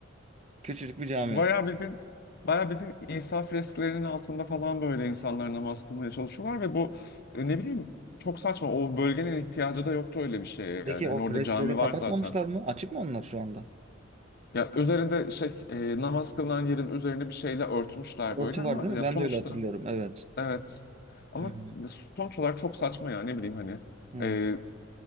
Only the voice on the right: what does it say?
Küçücük bir cami.
Peki
o
freksleri
kapatmamışlar
mı? Açık mı onlar şu anda?
Örtü
var değil mi?
Ben
de öyle hatırlıyorum. Evet.
Hı hı.
Hı.